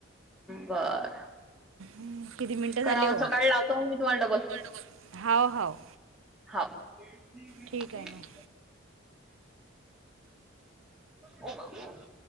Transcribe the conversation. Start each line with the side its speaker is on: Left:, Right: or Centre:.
Centre: बरं
Right: हम्म. किती मिनिटं
Centre: करा
Right: झाले
Centre: म
Right: हो?
Centre: सकाळी लावतो मी तुम्हाला डबल
Right: डबल. हाव हाव.
Centre: हा देती
Right: ठीक
Centre: घठी
Right: आहे मग
Centre: हो का